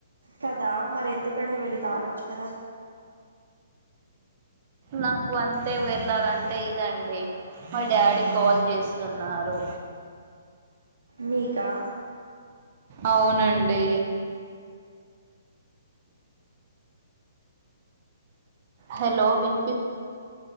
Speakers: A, on the right; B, on the right.
A: కదా మరి ఎందుకండి వెళ్ళి తాగ అచ్చు కద
B: నాకు అంతే వెళ్ళాలంటే ఇదండి మా డాడీ కాల్ చేస్తున్నారు
A: మీకా
B: అవునండి హలో విం